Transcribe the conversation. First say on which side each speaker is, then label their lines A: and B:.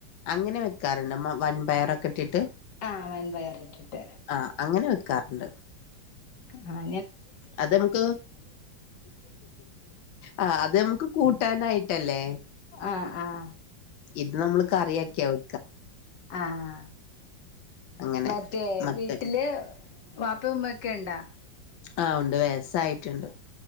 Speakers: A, on the left; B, on the left.
A: അങ്ങനെ വെക്കാറുണ്ട് വൻപയർ ഒക്കെ ഇട്ടിട്ട്.
B: ആഹ് വൻപയറിട്ടിട്ട്
A: ആ അങ്ങനെ വെക്കാറുണ്ട്
B: ആ
A: അത് നമക്ക് ആ അത് നമുക്ക് കൂട്ടാനായിട്ട് ട്ടല്ലേ
B: ആഹ് ആഹ്
A: ഇത് നമ്മൾള് കറിയാക്കിയാവെ
B: ആഹ
A: അങ്ങനെ
B: മറ്റേ
A: മത്തൻ
B: വീട്ടില് വാപ്പ ഉമ്മ ഒക്കെ ഉണ്ടാ
A: ആഹ് ഉണ്ട് വയസ്സ് ആയിട്ടുണ്ട്.